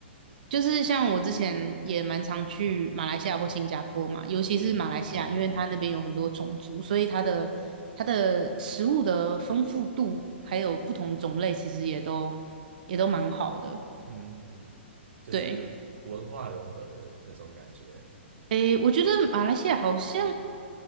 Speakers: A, on the right (about 45°); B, on the right (about 85°).
A: 就是像我之前也蛮常去马来西亚或新加坡嘛，尤其是马来西亚，
B: 嗯嗯嗯
A: 因为它那边有很多种族，所以它的它的食物的丰富度还有不同种类，其实也都也都蛮好的。
B: 嗯嗯，就是文化融合的那种感觉。
A: 对，诶，我觉得马来西亚好像